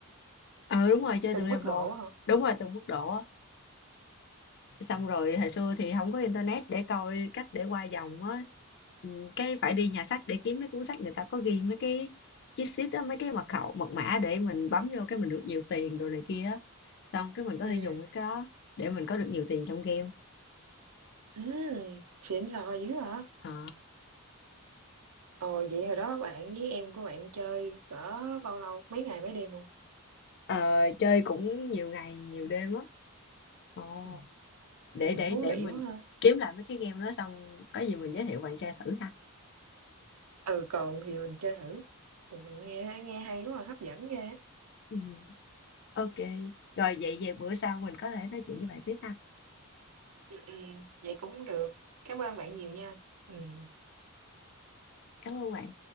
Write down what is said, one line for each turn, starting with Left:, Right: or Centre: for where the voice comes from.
Left: Ờ đúng rồi, chơi
Right: Từng
Left: từng level,
Right: mức độ á hả?
Left: đúng rồi từng mức độ á. Xong rồi hồi xưa thì không có internet để coi cách để qua vòng á. Ừ, Cái phải đi nhà sách để kiếm mấy cuốn sách người ta có ghi mấy cái cheat sheet á, mấy cái mật khẩu, mật mã để mình bấm vô cái mình được nhiều tiền đồ này kia á. Xong cái mình có
Right: Ừ.
Left: thể dùng cái đó để mình có được nhiều tiền trong game.
Right: Ừ, xịn sò dữ hả?
Left: Ờ,
Right: Ồ, vậy hồi đó bạn với em của bạn chơi cỡ bao lâu? Mấy ngày mấy đêm hông?
Left: Ờ, chơi cũng nhiều ngày, nhiều đêm á. Ồ,
Right: Ừm,
Left: để
Right: ừm,
Left: để
Right: thú
Left: để
Right: vị
Left: mình
Right: quá ha.
Left: kiếm lại mấy cái game đó xong có gì mình giới thiệu bạn chơi thử ha.
Right: Ừ, còn thì mình chơi thử. Ừm, nghe nghe hay quá à, hấp dẫn ghê á.
Left: Ừ. Ok, rồi vậy về bữa sau mình có thể nói chuyện với bạn tiếp ha.
Right: Ừm, vậy cũng được. Cảm ơn bạn nhiều nha. Ừm.
Left: Cảm ơn bạn.